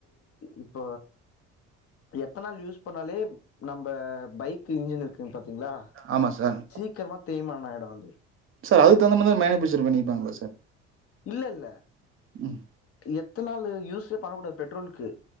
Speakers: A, on the left; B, on the right.
A: இப்ப எத்தனால் யூஸ் பண்ணாலே நம்ப பைக் இன்ஜின் இருக்குங் பாத்தீங்களா
B: ஆமாம் சார்
A: சீக்கிரமா தேய்மான ஆயிடு அது
B: சார் அது தகுந்தமாரி மேனிபேச்சர் பண்ணிப்பாங்களா சார்
A: இல்ல இல்ல
B: ம்
A: எத்தனால் யூஸ்சே பண்ணக்க கூடாது பெட்ரோல்கு